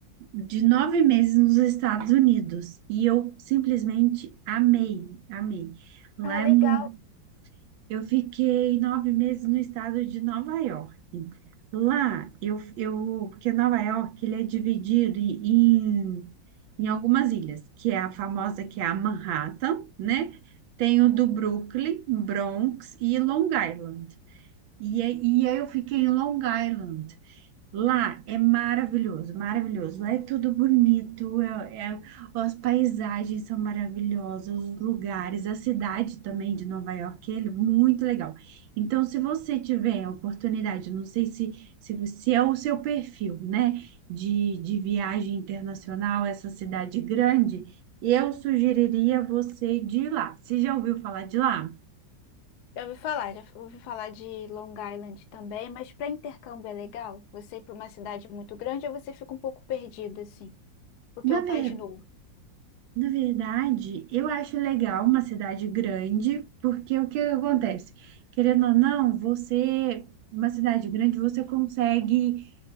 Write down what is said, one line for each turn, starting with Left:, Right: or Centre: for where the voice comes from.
Right: de nove meses nos Estados Unidos e eu simplesmente amei, amei. Lá
Left: Ah,
Right: é
Left: legal.
Right: mu- eu fiquei nove meses no estado de Nova York. Lá eu, eu porque Nova York ele é dividido em, em algumas ilhas, que é a famosa que é a Manhattan, né? Tem o do Brooklyn, Bronx e Long Island. E, aí e aí eu fiquei em Long Island. Lá é maravilhoso, maravilhoso. Lá é tudo bonito, é, é- as paisagens são maravilhosas, os lugares, a cidade também de Nova York, é muito legal. Então, se você tiver a oportunidade, não sei se, se, você, é o seu perfil, né, de, de viagem internacional, essa cidade grande, eu sugeriria você de ir lá. Você já ouviu falar de lá?
Left: Já ouvi falar, já ouvi falar de Long Island também, mas para intercâmbio é legal? Você ir para uma cidade muito grande ou você fica um pouco perdida assim, porque
Right: Na
Left: é um
Right: verdade.
Left: país novo?
Right: Na verdade, eu acho legal uma cidade grande, porque o que acontece? Querendo ou não, você, uma cidade grande, você consegue